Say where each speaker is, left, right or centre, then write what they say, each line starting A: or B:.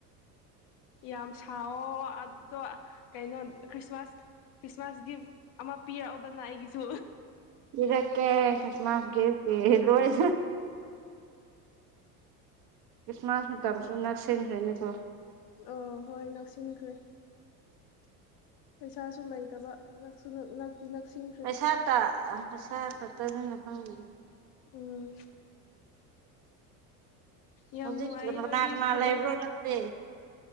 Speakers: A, on the left; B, on the right.
A: ꯌꯥꯝ ꯁꯥꯋꯣ ꯑꯗꯣ ꯀꯩꯅꯣ ꯈ꯭ꯔꯤꯁꯃꯥꯁ ꯈ꯭ꯔꯤꯁꯃꯥꯁ ꯒꯤꯐ ꯑꯃ ꯄꯤꯔꯛꯑꯣꯗꯅ ꯑꯩꯒꯤꯁꯨ
B: ꯄꯤꯔꯛꯀꯦ ꯈꯤꯁꯃꯥꯁ ꯒꯤꯐꯀꯤ <unintelligible> ꯈ꯭ꯔꯤꯁꯃꯥꯁ ꯃꯇꯝꯁꯨ ꯅꯛꯁꯦꯡꯈ꯭ꯔꯦꯅꯦꯀꯣ
A: ꯑꯣ ꯍꯣꯏ ꯅꯛꯁꯤꯟꯈ꯭ꯔꯦ ꯄꯩꯁꯥꯁꯨ ꯂꯩꯇꯕ ꯅꯛꯁꯨ ꯅꯛꯇꯤ ꯅꯛꯁꯤꯡ
B: ꯄꯩꯁꯥ ꯇ ꯑ ꯄꯩꯁꯥ ꯈꯛꯇꯗꯅ <unintelligible>
A: ꯎꯝ ꯌꯥꯝ
B: ꯍꯧꯖꯤꯛ
A: ꯅꯨꯡꯉꯥꯏꯌꯦ
B: ꯀꯅꯥ
A: ꯅꯣꯏꯗꯤ
B: ꯀꯅꯥ
A: ꯐꯖꯅ
B: ꯂꯩꯕ꯭ꯔꯣ ꯅꯪꯗꯤ